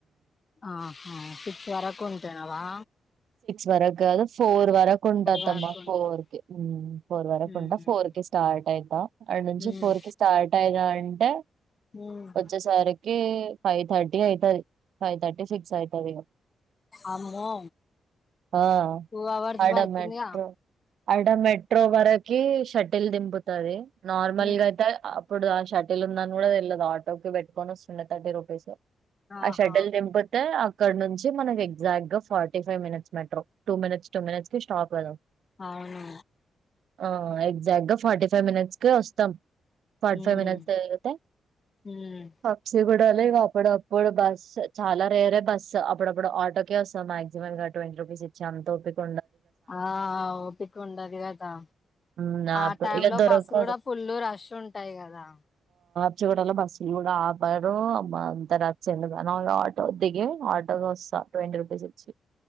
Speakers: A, on the left; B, on the right.
A: ఆహా ఫిక్స్ వరకు ఉంటానావా
B: వర ఫోర్ ఉంటాదమ్మా
A: వరకు ఉంటావ్
B: ఫోర్ కి ఫోర్ వరకు
A: ఉమ్
B: ఉంటా ఫోర్ కి స్టార్ట్ అవుతా అడి నుంచి
A: ఉమ్
B: పూరికి స్టార్ట్ అయిదా అంటే
A: ఉమ్
B: వచ్చేసరికి ఫైవ్ థర్టీ అయితది ఫైవ్ థర్టీ సిక్స్ అవుతుది
A: అమ్మో
B: ఆ
A: టూ అవర్స్
B: అడ
A: పడుతుందిగా
B: మెట్రో అడ మెట్రో వరకి షటిల్ దింపుతుంది నార్మల్
A: ఉమ్
B: గా అయితే అప్పుడు షటిల్ ఉందని కూడా తెల్లదు ఆటో కి పెట్టుకొని వస్తుండే థర్టీ రూపీస్
A: ఆహా
B: ఆ షడల్ నింపత్ ఇక్కడ నుంచి మనకి ఎగ్జాక్ట్ గా forty five minutes metro two minutes two మినిట్స్ి stop అదం
A: అవును
B: ఆ ఎగ్జాక్ట్ గా ఫార్టీ ఫైవ్ మినిట్స్ కి వస్తాం ఫార్టీ
A: ఉమ్
B: ఫైవ్ మట్స్ప్సి
A: ఉమ్
B: కూడా ఇప్పుడు అప్పుడు బస్ చాలా రేరే బస్ అప్పుడప్పుడు ఆటోకే వస్తాం మాక్సిమం ఇ ట్వంటీ రూపీస్ ఇచ్చాం తోప్పిక
A: ఆ ఓపిక ఉడా అదిగాదా
B: ఉమ్
A: ఆ
B: అప్పుడు
A: టై
B: ఇగ
A: లో
B: దొరకదు
A: బస్సులు కూడా ఫుల్లు రష్ ఉంటాయి కదా
B: చ్చ కూడాడలో బస్సులు కూడా ఆపాారు అమ్మ అంత రచ్చిదు కానీ వాళ్ళ ఆటో దిగి ఆటోగా వస్తా ట్వంటీ రూపీస్ వచ్చి